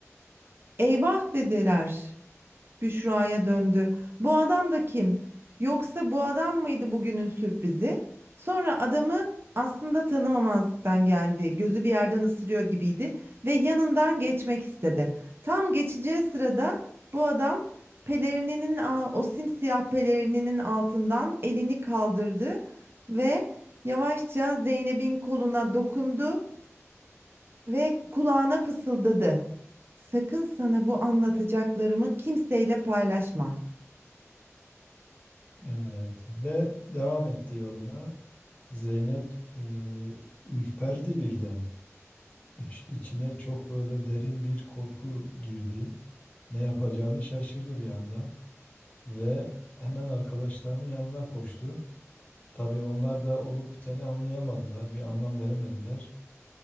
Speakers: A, on the right; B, on the left.
A: Eyvah dediler. Büşra'ya döndü. Bu adam da kim? Yoksa bu adam mıydı bugünün sürprizi? Sonra adamı aslında tanımamazlıktan geldi. Gözü bir yerden ısırıyor gibiydi ve yanından geçmek istedi. Tam geçeceği sırada bu adam pelerininin a- o simsiyah pelerininin altından elini kaldırdı ve yavaşça Zeynep'in koluna dokundu ve kulağına fısıldadı. Sakın sana bu anlatacaklarımı kimseyle paylaşma.
B: Evet ve devam etti yoluna. Zeynep e, ürperdi birden. İç, içine çok böyle derin bir korku girdi. Ne yapacağını şaşırdı bir anda. ve hemen arkadaşlarının yanına koştu. Tabii onlar da olup biteni anlayamadılar, bir anlam veremediler.